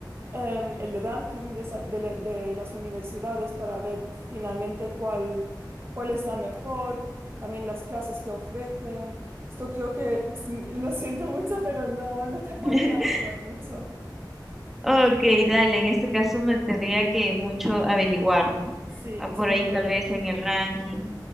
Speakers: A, on the right (about 30°); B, in the centre.
A: em, el ranking de, sal- de la- de las universidades para ver finalmente cuál, cuál es la mejor, también las clases que ofrecen. Esto creo que, <laughs> lo siento mucho, pero no, no te podría
B: <laughs>
A: ayudar mucho.
B: Ok, dale, en este caso me tendría que mucho averiguar, ¿no?
A: Sí,
B: Ah, por
A: sí,
B: ahí
A: correcto.
B: tal vez en el ranking.